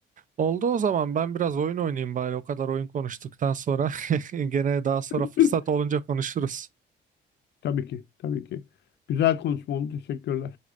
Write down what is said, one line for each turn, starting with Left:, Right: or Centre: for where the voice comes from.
Right: Oldu o zaman ben biraz oyun oynayayım bari. O kadar oyun konuştuktan sonra. <laughs> Gene daha sonra
Left: <laughs>
Right: fırsat olunca konuşuruz.
Left: Tabii ki, tabii ki. Güzel konuşma oldu. Teşekkürler.